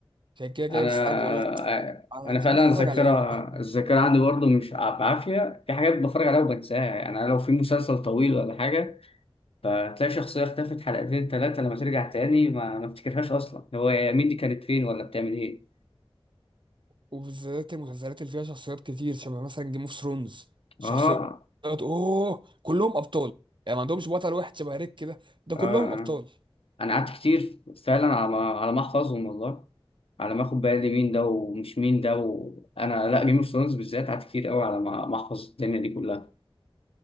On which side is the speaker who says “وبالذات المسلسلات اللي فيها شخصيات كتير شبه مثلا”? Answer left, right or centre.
Right